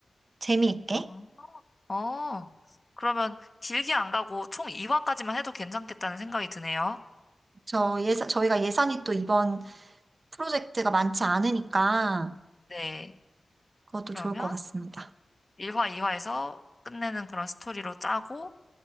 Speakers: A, on the right; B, on the left.
A: 재미있게.
B: 어, 어, 그러면 길게 안 가고 총 2화까지만 해도 괜찮겠다는 생각이 드네요.
A: 저 예산, 저희가 예산이 또 이번 프로젝트가 많지 않으니까
B: 네,
A: 그것도
B: 그러면
A: 좋을 것 같습니다.
B: 1화, 2화에서 끝내는 그런 스토리로 짜고,